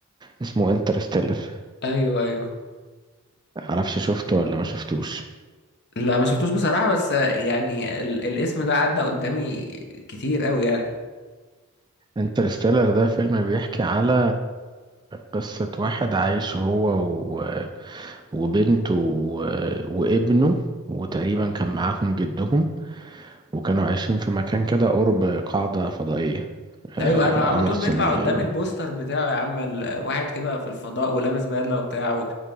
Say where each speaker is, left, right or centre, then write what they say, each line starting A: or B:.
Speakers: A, on the right (about 20°); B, on the left (about 50°).
A: اسمه انترستيلر
B: ايوه ايوه
A: معرفش شفته ولا ما شفتوش
B: لا ما شفتوش بصراحة بس يعني ال... الاسم ده عدى قدامي كتير قوي يعني
A: انترستيلر ده فيلم بيحكي على قصة واحد عايش هو و... وبنته و... وابنه وتقريبا كان معاهم جدهم وكانوا عايشين في مكان كده قرب قاعدة فضائية آه،
B: ايوه انا على
A: قمر
B: طول
A: صناعي
B: بيطلع قدامي البوستر بتاعه يا عم ال- واحد كده في الفضاء ولابس بدله وبتاعه